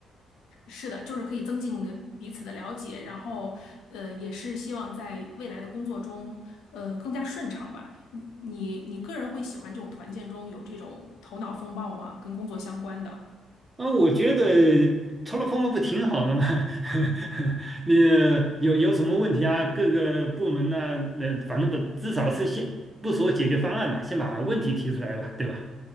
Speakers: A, on the left; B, on the right.
A: 是的，就是可以增进彼此的了解，然后，呃，也是希望在未来的工作中，呃，更加顺畅吧。你你你个人会喜欢这种团建中有这种头脑风暴吗？跟工作相关的，
B: 啊、我觉得 t 了 l o p o m 不挺好的吗？<laughs> 你有有什么问题啊？各个部门呐、呃，反正不至少是先不说解决方案嘛，先把问题提出来吧，对吧？